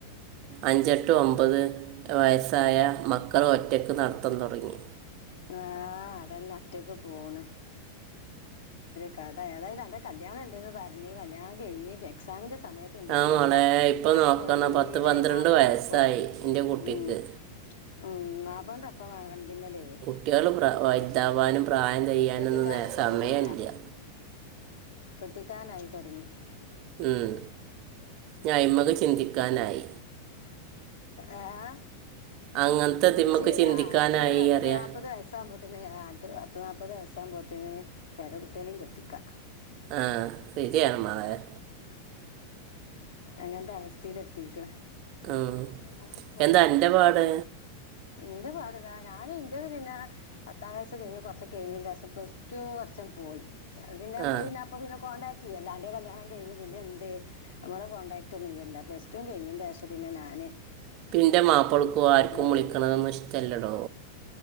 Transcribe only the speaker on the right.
അഞ്ചെട്ട് ഒമ്പത് വയസ്സായ മക്കൾ ഒറ്റക്ക് നടത്താൻ തുടങ്ങി
ആ മോളെ ഇപ്പം
നോക്കണ പത്ത് പന്ത്രണ്ട്
വയസ്സായി എൻ്റെ കുട്ടിക്ക്
ട്ടിയള് ഇതാവാനും പ്രായ ചെയ്യാനൊന്നും
സമയില്ല
ഉം ഞായ്മക ചിന്തിക്കാനായി
അങ്ങനത്തെ തിമ്മക്ക്
ചിന്തിക്കാനായി
അറിയാം
ആഹ് ശരി ഏണ്മാളർ
ഉം.
എന്താ എൻ്റെ പാട്
ആ
പിന്റെ മാപ്പിളക്കും ആര്ക്കും വിളിക്കണതന്ന
ഇഷ്ട്ടല്ലെടോ.